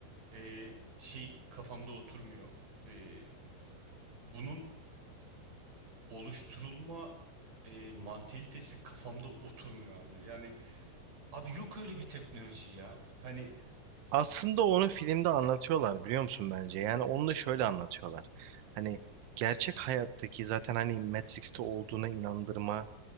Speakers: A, on the right; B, on the right.
A: e, şey kafamda oturmuyor. E, bunun oluşturulma e, mantalitesi kafamda oturmuyor abi. Yani abi yok öyle bir teknoloji ya. Hani
B: Aslında onu filmde anlatıyorlar biliyor musun bence? Yani onu da şöyle anlatıyorlar. Hani gerçek hayattaki zaten hani Matrix'te olduğuna inandırma